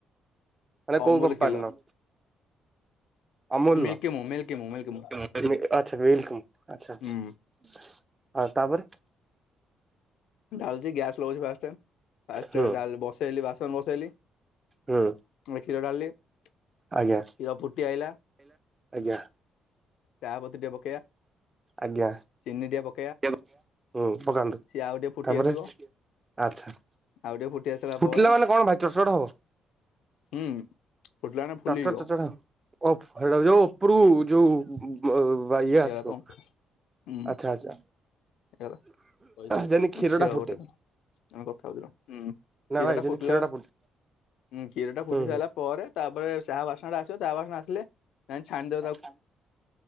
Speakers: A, on the right; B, on the left.
A: ମାନେ
B: ଅମୁଲ
A: କୋଉ କମ୍ପାନୀର
B: କ୍ଷୀର
A: ଅମୁଲ
B: ମିଲ୍କି
A: ର
B: ମୁଁ ମିଲ୍କି ମୁଁ ମିଲ୍କି ମୁଁ
A: ମାନ ମିଲକମିର ଆଚ୍ଛା ଆଛା
B: ହୁଁ
A: ଆ ତାପରେ
B: ଢ଼ାଳୁଛି ଗ୍ୟାସ୍ ଲଗାଉଛି ଫାଷ୍ଟ ଫାଷ୍ଟ
A: ହୁଁ
B: ବାସନ ବସେଇଲି
A: ହୁଁ।
B: ମୁଇ କ୍ଷୀର ଢ଼ାଳିଲି କ୍ଷୀର
A: ଆଜ୍ଞା।
B: ଫୁଟି ଆଇଲା
A: ଆଜ୍ଞା
B: ଚା ପତି ଟେ ପକେଇବା।
A: ଆଜ୍ଞା।
B: ଚିନି ଟିକେ ପକେ
A: ଚିନି ଟିକେ ହୁଁ ପକାନ୍ତୁ।
B: ଆଉ ଟିକେ ଫୁଟି
A: ତାପରେ
B: ଆସିବ
A: ଆଚ୍ଛା
B: ଆଉ ଟିକେ ଫୁଟି ଆସିଲା
A: ଫୁଟିଲା
B: ପରେ
A: ମାନେ କଣ ଭାଇ ଚଟଚଟ ହବ?
B: ହୁଁ। ଫୁଟିଲା ମାନେ ଫୁଲିଯିବ
A: ଚଡ଼ ଚଡ଼ ଚଡ଼ ହବ ଓ ଯୋଉ ଉପରୁ ଯୋଉ ଇଏ
B: ହେଇଗଲା
A: ଆସିବ
B: ତ ହୁଁ
A: ଆଛା ଆଚ୍ଛା
B: ହେଇଗଲା
A: ଯେମିତି କ୍ଷୀର
B: <inaudible> ସେଆ
A: ଟା
B: ଆଉ
A: ଫୁଟେ
B: ଗୋଟେ କଣ ଆମେ କଥା ହଉଚୁ ରହ ହୁଁ କ୍ଷୀର
A: ନା ଭାଇ
B: ଟା
A: ଯେମିତି
B: ଫୁଟିଲା
A: କ୍ଷୀର ଫୁଟେ
B: ହଁ କ୍ଷୀର ଟା ଫୁଟି
A: ହୁଁ
B: ସାରିଲା
A: ହୁଁ।
B: ପରେ ତାପରେ ଚାହା ବାସ୍ନା ଟା ଆସିବ ଚାହା ବାସ୍ନା ଆସିଲେ ନାଇଁ ଛାଣି ଦେବେ
A: ଆଚ୍ଛା